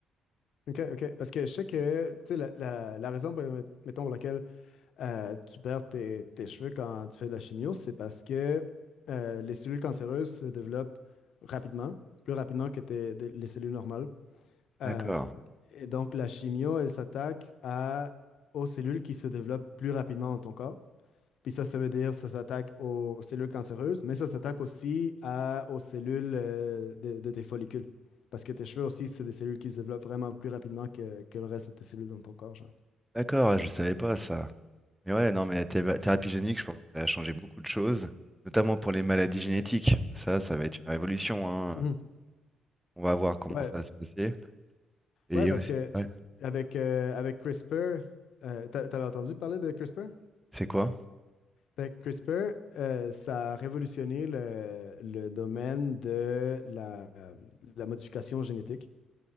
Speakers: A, on the left; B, in the centre.
A: OK, OK. Parce que je sais que, tu sais, la, la, la raison, pour- mettons, pour laquelle euh, tu perds tes, tes cheveux quand tu fais de la chimio, c'est parce que euh, les cellules cancéreuses se développent rapidement, plus rapidement que tes, des- les cellules normales. Euh,
B: D'accord.
A: et donc, la chimio, elle s'attaque à, aux cellules qui se développent plus rapidement dans ton corps. Puis ça, ça veut dire ça s'attaque aux cellules cancéreuses, mais ça s'attaque aussi à, aux cellules euh, de, de tes follicules. Parce que tes cheveux aussi, c'est des cellules qui se développent vraiment plus rapidement que, que le reste de tes cellules dans ton corps, genre.
B: D'accord, ouais, je savais pas ça. Mais ouais, non, mais la thé- thérapie génique, je pense que ça a changé beaucoup de choses, notamment pour les maladies génétiques. Ça, ça va être une révolution, hein.
A: Mhm.
B: On va voir comment
A: Ouais.
B: ça va se passer. Et
A: Ouais,
B: il y
A: parce
B: a aussi...
A: que
B: ouais,
A: avec, euh, avec CRISPR, euh, t'a- t'avais entendu parler de CRISPR?
B: c'est quoi?
A: Fait que CRISPR, euh, ça a révolutionné le, le domaine de la, euh, la modification génétique.